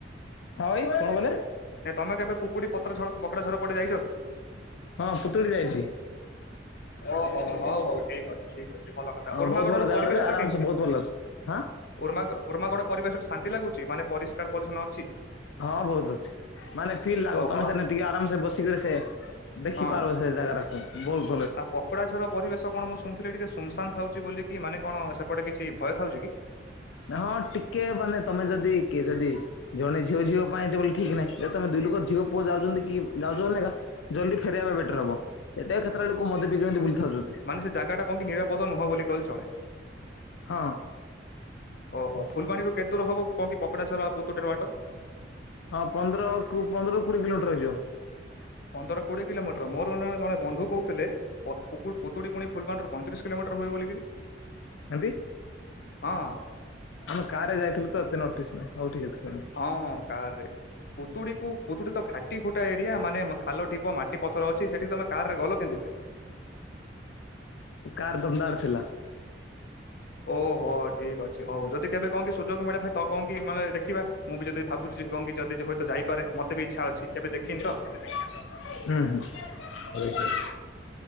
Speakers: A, on the left; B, on the left.
A: ହଁ ଭାଇ କଣ କହିଲେ <inaudible>
B: ନାଇଁ ତମେ କେବେ ପୁକୁଡି ପତ୍ର ଝର ପକଡା ଝର ପଟେ ଯାଇଛ କି?
A: ହଁ ପୁତୁଡି ଯାଇଛି।
B: ଓହୋ ହଉ ହଉ ଠିକ ଅଛି ଠିକ ଅଛି ଭଲ କଥା।
A: ହଁ
B: ଉର୍ମାଗଡ଼ର
A: ବହୁତ ଭଲ ଜାଗାଟା
B: ପରିବେଶଟା
A: ଯେ ଆରାମସେ
B: କେମିତି
A: ବହୁତ ଭଲ ଅଛି। ହଁ
B: ଉ ଉର୍ମାଗଡ଼। ପରିବେଶରେ ଶାନ୍ତି ଲାଗୁଛି ମାନେ ପରିଷ୍କାର ପରି୍ଛନ୍ନ ଅଛି।
A: ହଁ ବହୁତ ଅଛି ମାନେ ଫିଲ୍ ଲାଗ
B: ଓହୋ
A: ତମେ ସେନ ଟିକେ ଆରାମସ ବସିକରି ସେ ଦେଖି
B: ହଁ।
A: ପାର ସେ ଜାଗା ଟାକୁ ବୋହ
B: ଆଉ ପକୋଡା ଝର ପରିବେଶ କଣ ମୁଁ ଶୁଣିଥିଲି ଟିକେ ସୁନସାନ ଥାଉଛି ବୋଲିକି ମାନେ କଣ ସେପଟେ କିଛି ଭୟ ଥାଉଛି କି?
A: ହଁ ଟିକେ ମାନେ ତମେ ଯଦି କିଏ ଯଦି ଜଣେ ଝିଅ ଝିଅ ପାଇଁ ଏତେବେ ଠିକ ନାହିଁ ଯେ ତମେ ଦୁଇ ଲୋକ ଝଅୁ ପୁଅ ଯାଉଚନ୍ତିକି ଯାଉଛନ୍ତି ନା ଜଲ୍ଦି ଫେରବା ବେଟର ହବ ଏତ କେତେଟା ଲୋକ ମଦେିକ କେମିତି ବୁଲି ଥାଉଛନ୍ତି।
B: ମାନେ ସେ ଜାଗା ଟା କନକି ନିରାପଦ ନୁହଁ ବୋଲି କହଲେ ଚଳେ।
A: ହଁ
B: ଓହୋ ଫୁଲବାଣରୁ କେତେୂର ହବ କଣ କି ପକଡାଝର ଆଉ ପୁତୁଡିର ବାଟ?
A: ହଁ ପନ୍ଦର କ ପନ୍ଦରରୁ କୋଡିଏ କିଲୋମିଟର ହେଇଯିବ।
B: ପନ୍ଦର କୋଡିଏ କିଲୋମିଟର ମୋର ଜଣେ ବନ୍ଧୁ କହୁଥିଲେ। <inaudible> ଫୁତୁଡ଼ି ପୁଣି ଫଲଗଣର ପଇଁରିଶ କିଲୋିଟର ହୁ ବୋିଲକରି।
A: ଆଦି
B: ହଁ।
A: ଆମ କାର ରେ ଯାଇ ଥିଲୁ ତ ଏତେ ନଟିସ୍ ନାଇଁ ହଉ ଠିକ ଅଛି କୁହ
B: ହଁ କାରରେ ପୁତୁଡ଼ି କୁ ପୁତୁଡ଼ି ତ ଘାଟି ଖୁଟା ଏରିଆ ମାନେ ଖଲ ଢିପ ମାଟି ପଥର ଅଛି ସେଠି ତମେ କାର ରେ ଗଲ କେମିତି ଭାଇ‌।
A: କାର ଦମଦାର ଥିଲା।
B: ଓହୋ ଠିକ ଅଛି ହଉ ଯଦି କେବେ କଣ କି ସୁଯୋଗ ମିଳେ ଭାଇ ତ କଣ କି ମାନେ ଦେଖିବା ମୁଁ ବି ଯଦି ଭାବଛି କଣ କି ଯଦିୁ ହୁଏତ ଯାଇପାରେ ମୋତେ ବି ଇଚ୍ଛା ଅଛି କେବେ ଦେଖିନି ତ।
A: ହୁଁ ହୁଁ